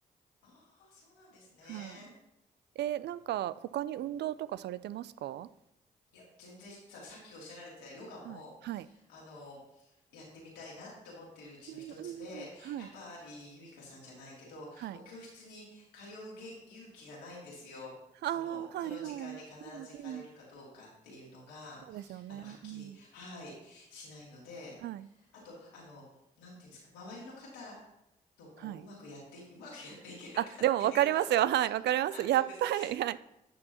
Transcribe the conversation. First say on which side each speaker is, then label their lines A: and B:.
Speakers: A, on the left; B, on the right.
A: ああ、そうなんですね。
B: はい。えなんか、他に運動とかされてますかは
A: いや、全然さ、さっきおっしゃられてたヨガも、
B: い。はい。
A: あの、やってみたいなって思ってるうちの一つで、
B: うんうんうん。はい。
A: やっぱりゆいかさんじゃないけど、
B: はい。
A: お教室に通うげん勇気がないんですよ。
B: ああ、
A: その、
B: はいはい。
A: その時間に必ず行かれるかどうかっていうのが、
B: うんうん。そうですよね。
A: あの、はっきり、
B: うん。
A: はい、しないので、
B: はい。
A: あと、あの、なんていうんですか、周りの方とこう、
B: はい。
A: うまくやってい、うまくやっていけるかっていうとこ、
B: あ、でも分かりますよ。
A: <laughs>
B: はい、分かります。
A: なんていうんですか、
B: やっぱり、はい。